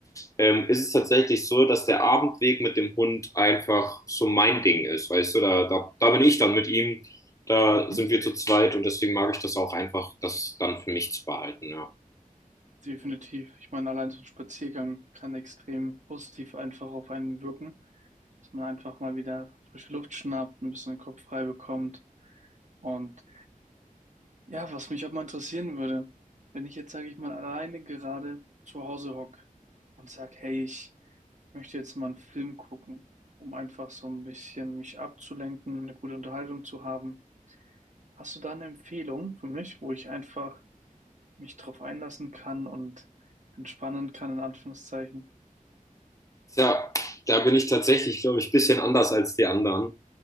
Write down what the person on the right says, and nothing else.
Mhm.
Definitiv. Ich meine, allein so ein Spaziergang kann extrem positiv einfach auf einen wirken, dass man einfach mal wieder frische Luft schnappt, ein bisschen den Kopf frei bekommt. Und ja, was mich auch mal interessieren würde, wenn ich jetzt, sage ich mal, alleine gerade zu Hause hocke und sage, hey, ich möchte jetzt mal einen Film gucken, um einfach so ein bisschen mich abzulenken, eine gute Unterhaltung zu haben. Hast du da eine Empfehlung für mich, wo ich einfach mich drauf einlassen kann und entspannen kann, in Anführungszeichen?